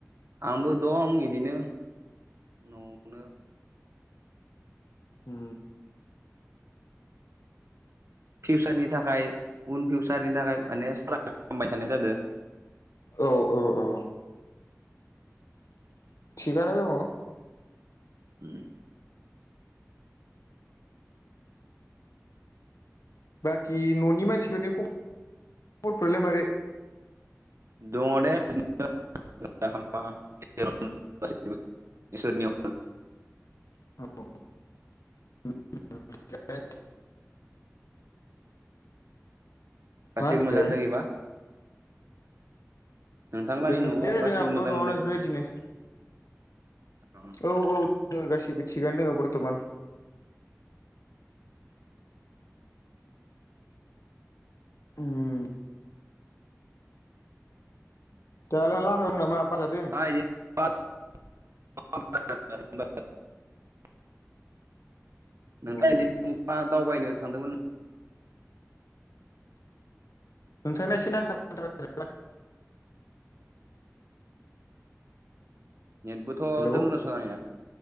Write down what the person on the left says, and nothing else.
ओ
औ औ औ थिगानो दङ
बाखि न'नि मानसिफोरनि खबरफ्रालाय मारै
औ <unintelligible>
मा होनदो
दङलै
जोंहाबो
न'आवनो बेफोरबायदिनो
औ औ दङ गासिबो थिगानो दङ बर्थ'मान उम दायालाय लामायावं नामा बार जादो
अ
<unintelligible>
हेलौ